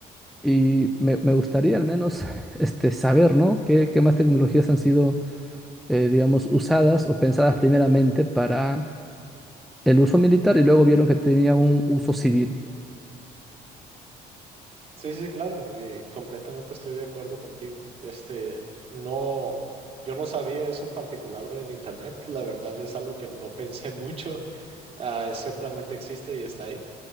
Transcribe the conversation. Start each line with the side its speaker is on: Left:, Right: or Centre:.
Centre: Y me, me gustaría al menos <laughs> este, saber, ¿no? ¿Qué, qué más tecnologías han sido, eh, digamos, usadas o pensadas primeramente para el uso militar y luego vieron que tenía un uso civil?
Right: Sí, sí, claro, y completamente estoy de acuerdo contigo. Este, no, yo no sabía eso en particular del internet, la verdad es algo que no pensé <laughs> mucho, ah, es simplemente existe y está ahí,